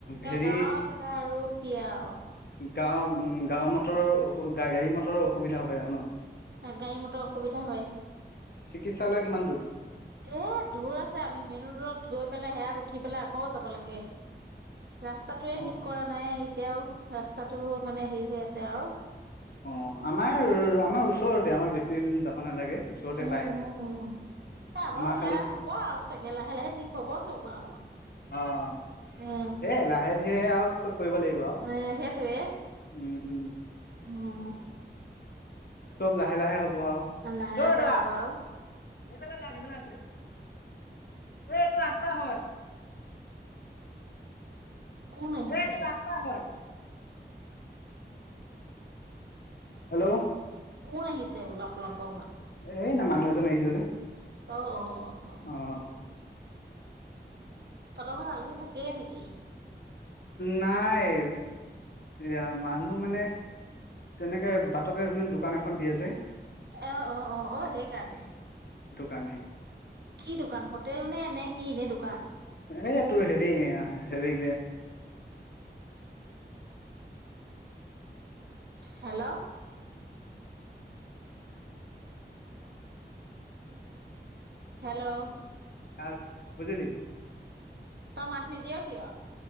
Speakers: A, on the left; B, on the right.
A: হেৰি
B: এ গাঁৱৰ চিধা আৰু কি আওঁ
A: গাঁৱ ওম গাঁও মটৰৰ অস গাড়ী মটৰৰ অসুবিধা হয় জ ন
B: গাড়ী মটৰ অসুবিধা হয়
A: চিকিৎসালয় কিমান দূৰ
B: এ দূৰ আছে আমি মেইন ৰোদত গৈ পেলাই সেয়াত উঠি পেলাই আকৌ যাব লাগে ৰাস্তাাতয়ে
A: অঁ
B: ঠিক কৰা নাই এতিয়াও ৰাস্তাটো মানে হেৰি হৈ আছে আওঁ
A: অঁ আমাৰ আমাৰ ওচৰতে আমাৰ বেছি দিন যাব নালাগে ওচৰতে
B: উ
A: পায়।
B: উ সে বাৰু
A: আমাৰ
B: সেয়া
A: খালি
B: হ'ব আৰু চাগে লাহে লাহে ঠিক হব চব আৰু
A: অঁ
B: উ
A: সেই লাহে ধীৰে আৰু চব কৰিব লাগিব আৰু
B: এ সেইটয়ে
A: উম উম
B: স উ
A: চব লাহে লাহে হ'ব আৰু
B: অ লাহে
A: ঐ
B: লাহে
A: দৰা
B: হ'ব আউ
A: সেইফালে যাম সেইফালে আছে এই এইটো ৰাস্তা হয়
B: কোন আহিছে
A: এই এইটো ৰাস্তা হয়। হেল্ল'
B: ক আহিছে অলপ অলপৰ ঘৰত
A: এই না মানুহ এজন আহিছে যে
B: অ অ অ অ
A: অঁ
B: তহতৰ ঘৰলে আলহী থাকেই নেকি
A: নাই এয়া মানুহ মানে তেনেকে বাটতে য দোকান এখন দিয়ে যে
B: আহ অ অ অ সেইকাৰ নে
A: কাৰনে
B: কি দোকান হোটেল নে নে কি এনে দোকান?
A: এইটোৰ হেৰি হেৰি
B: হেল্ল' হেল্ল'
A: আছ বুজিলি
B: তমাটনি দিয় কিয়